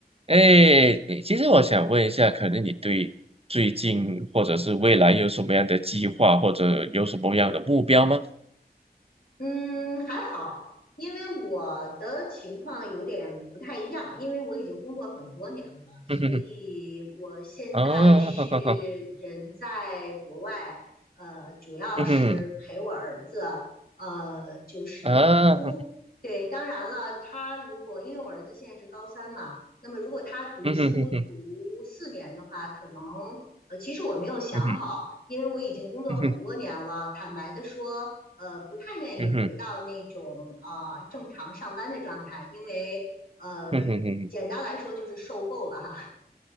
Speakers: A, on the right (about 35°); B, on the left (about 65°).
A: 哎，你其实我想问一下，可能你对最近或者是未来有什么样的计划，或者有什么样的目标吗？
B: 嗯，还好，因为我的情况有点不太一样，因为我已经工作很多年了，所以我现在是
A: 嗯哼哼，啊，哈哈哈，
B: 人在国外，呃，主要是陪我儿子，
A: 嗯哼，
B: 呃，就是读书。
A: 啊，
B: 对，当然了，他如果因为我儿子现在是高三嘛，那么如果他读书读四年的话，
A: 嗯哼哼哼，
B: 可能呃，其实我没有想好，
A: 嗯哼，
B: 因为我已经工作很多年了，
A: 嗯哼，
B: 坦白的说。呃不太愿意回到那种啊、
A: 嗯哼，
B: 呃正常上班的状态，因为呃简单来说就是受够了哈，
A: 嗯哼哼哼，